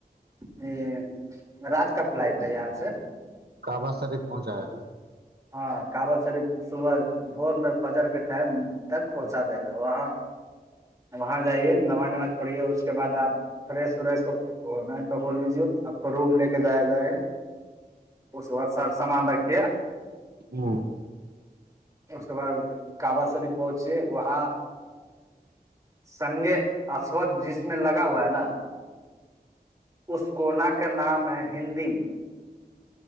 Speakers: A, on the right; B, on the right.
A: یہ راج کا فل آتا ہے یہاں سے
B: کبا سریف پہنچایا تھا
A: ہاں کاب شریف صبح بور میں فجر کے ٹائم تک پہنچا دے گا وہاں وہاں جائیے نماز نماز پڑھییے اس کے بعد آپ فریش وریش ہو ا نہیں تو ہو لیجیے اب کو روم لے کے جایا جائے گا تو بت سب سامان رکھیے
B: ہاں
A: اس کے بعد کابا سری پہنچے وہاں سنگے اد جس میں لگا ہوا ہے نا اس کونا کا نام ہے ہندی